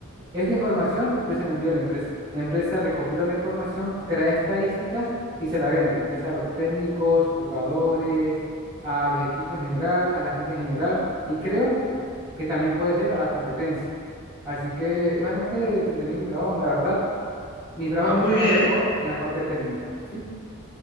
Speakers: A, on the right (about 20°); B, on the left (about 50°).
A: Esta información yo se la envío a la empresa. La empresa recopila la información, crea estadísticas y se la vende, ya sea a los técnicos, jugadores, a los equipos en general, a las ligas en general y creo que también puede ser a la competencia. Así que es bastante entretenido mi trabajo, la verdad. Mi trabajo
B: Ah, muy
A: consiste
B: bien,
A: más que todo en la parte técnica, ¿sí?